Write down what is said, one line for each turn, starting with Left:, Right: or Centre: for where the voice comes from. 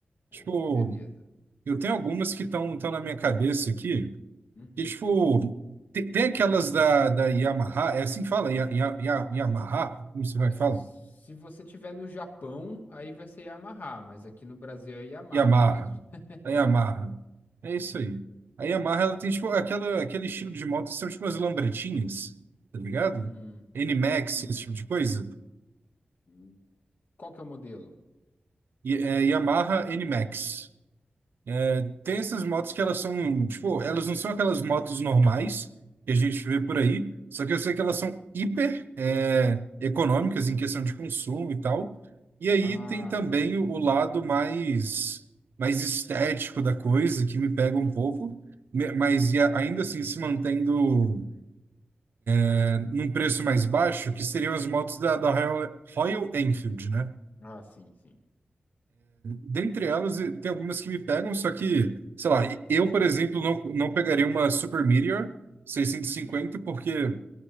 Left: Porra,
Right: Tipo,
Left: que beleza.
Right: eu tenho algumas que estão tão tão na minha cabeça aqui.
Left: Uhum.
Right: Que, tipo, te- tem, aquelas da, da Yamaha. É assim que fala? Ya, ya, ya, Yamaha? Como você vai
Left: É,
Right: falar?
Left: se
Right: fala?
Left: você tiver no Japão, aí vai ser Yamaha, mas aqui no Brasil é Yamaha
Right: Yamaha.
Left: mesmo. <laughs>
Right: A Yamaha. É isso aí. A Yamaha, ela tem, tipo, aquela, aquele estilo de moto que são, tipo, as lambretinhas, tá ligado?
Left: Hum,
Right: N-Max,
Left: hum,
Right: esse tipo de coisa.
Left: hum. Qual que é o modelo?
Right: E- é, Yamaha NMAX. É, tem essas motos que elas são, tipo, elas não são aquelas motos normais que a gente vê
Left: Uhum.
Right: por aí, só que eu sei que elas são hiper é, econômicas em questão de consumo e tal. E aí
Left: Ah,
Right: tem também
Left: entendi.
Right: o, o lado mais, mais estético da coisa, que me pega um
Left: Hum.
Right: pouco, me- mas e a- ainda assim se mantendo é, num preço mais baixo, que seriam as motos da, da Royal, Royal Enfield, né?
Left: Ah, sim, sim.
Right: Dentre elas, eh, tem algumas que me pegam, só que, sei lá, eu, por exemplo, não, não pegaria uma Super Meteor 650
Left: Uhum.
Right: porque